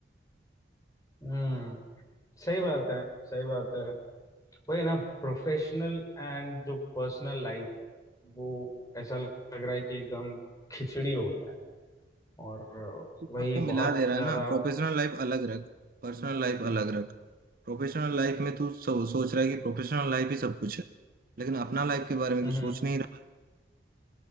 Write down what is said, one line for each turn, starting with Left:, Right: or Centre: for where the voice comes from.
Left: हम्म सही बात है सही बात है वही ना प्रोफेशनल एंड जो पर्सनल लाइफ है वो ऐसा लग रहा है कि एकदम खिचड़ी हो गया है और अ,
Right: तू सबको
Left: वही
Right: मिला
Left: बहुत
Right: दे रहा है
Left: ज्यादा
Right: ना प्रोफेशनल लाइफ अलग रख पर्सनल लाइफ अलग रख प्रोफेशनल लाइफ में तू सो, सोच रहा है कि प्रोफेशनल लाइफ ही सब कुछ है लेकिन अपना लाइफ के बारे में
Left: हम्म
Right: तू
Left: हम्म,
Right: सोच नहीं रहा